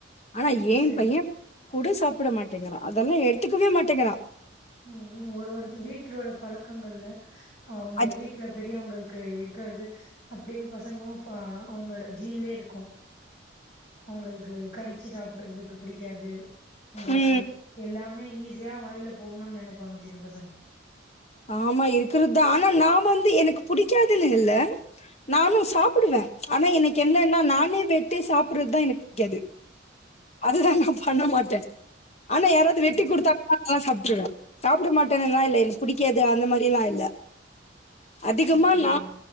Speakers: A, on the left; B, on the left.
A: ஆனா ஏன்
B: சரி
A: பையன் கூட சாப்பிட மாட்டேங்கறா அதெல்லாம் எடுத்துக்கவே மாட்டேங்கிறான்
B: ம் ஒரு ஒருதவங்க வீட் வலோட பழக்கங்கள்ல ஆ அவுங்க
A: அது
B: வீட்ல பெரியவங்கள் இருக்கிறது அப்டியே பசங்களும் அ அவங்களோட ஜீன்லயே இருக்கும் அவங்களுக்கு கடிச்சு சாப்படுறதுக்கு பிடிக்காது உங்களுக்கு
A: ம்.
B: எல்லா ம்மை ஈஸியா வாயிலப் போனுன் நினைப்பாங் சின்ன பசங்க
A: ஆம்மா இருக்கறது தா ஆனா நா வந்து எனக்கு பிடிக்காதில்ல நானு சாப்பிடுவே ஆனா எனக்கு என்னன்னா நானே வெட்டி சாப்பிடுறது தா எனக்கு பிடிக்காது அதுதா நா பண்ண மாட்டே ஆனா யாராவது வெட்டி
B: ம்
A: கொடுத்தாங் நா ஆ சாப்பிட்டுவே சாப்புட மாடன்லா இல்ல புடிக்காது அந்த மாரில்லா இல்ல அதிகமா
B: அப்படியா
A: நா